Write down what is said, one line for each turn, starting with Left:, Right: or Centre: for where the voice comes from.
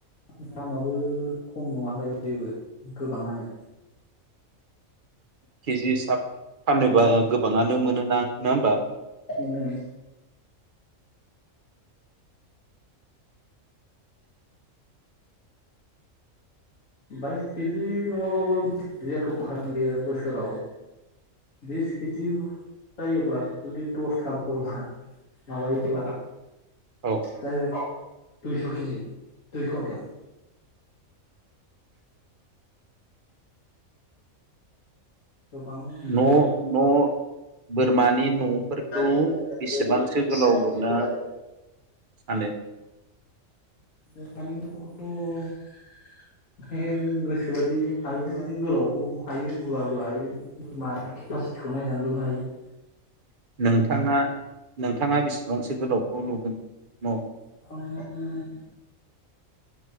Left: दामाबो खम नङालाय बेबो गोबाङानो
Right: <inaudible> केजि हिसाब फानोबा गोबाङानो मोनोना नङा होमबा
Left: मोनो बाइस केजि नङाबाबो बिस केजियाथ' ओंखारागोन बेयो बोसोराव <inaudible> बिस केजि जायोब्ला जुदि दसथा बोरमा माबायोब्ला <inaudible>
Right: औ
Left: दायरेक दुइस' केजि दुइ कुइन्टेल गोबां
Right: न'
Left: हायो
Right: न' बोरमानि न' फोरखौ-
Left: दानि न'फोरखौ
Right: बेसेबांसो
Left: बेसेबांसो
Right: गोलाव लुनो
Left: गोलाव
Right: सानो
Left: फोरमानथि न' खौथ' <unintelligible> गोसोबायदि हायो माने गोलावखौबो हायो गुवारबो हायो केपासिटिखौ नायनानै लुनो हायो
Right: नोंथाङा नोंथाङा बेसेबांसो गोलावखौ लुगोन न'
Left: आं-